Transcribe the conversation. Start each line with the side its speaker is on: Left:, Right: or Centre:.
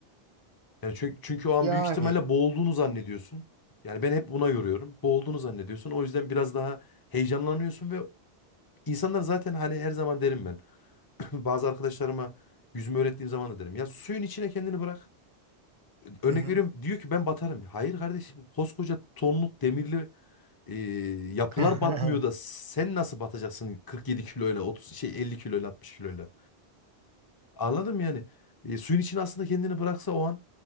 Left: Yani çünkü, çünkü o an
Right: Yani.
Left: büyük ihtimalle boğulduğunu zannediyorsun. Yani ben hep buna yoruyorum. Boğulduğunu zannediyorsun. O yüzden biraz daha heyecanlanıyorsun ve insanlar zaten hani her zaman derim ben. <laughs> Bazı arkadaşlarıma yüzme öğrettiğim zaman da derim. Ya suyun içine kendini bırak. Örnek
Right: Hı hı.
Left: veriyorum diyor ki ben batarım. Hayır kardeşim koskoca tonluk demirli e, yapılar
Right: <laughs>
Left: batmıyor da sen nasıl batacaksın 47 kiloyla 30 şey 50 kiloyla 60 kiloyla. Anladım yani. E, suyun içine aslında kendini bıraksa o an